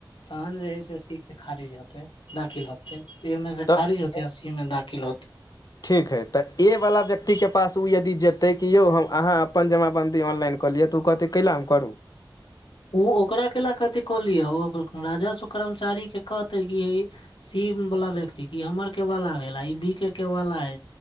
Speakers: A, on the left (about 85°); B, on the left (about 50°).
A: तहन जे हइ से सी के खारिज हेतै दाखिल हो- ए मे से
B: तऽ
A: खारिज होत हसी मे दाखिल होतै
B: ठीक हइ तऽ ए वला व्यक्तिके पास ओ यदि जेतै कि यौ हम अहाँ अपन जमाबन्दी ऑनलाइन कऽ लिअ तू कहतै कै ल हम करू
A: ओ ओकरा के ल क अथ क लिय ओ राजा सुक्रामचारी के कहते कि सी वालला व्यक्ति क हमर केवाला भेला ई बी के के वाला है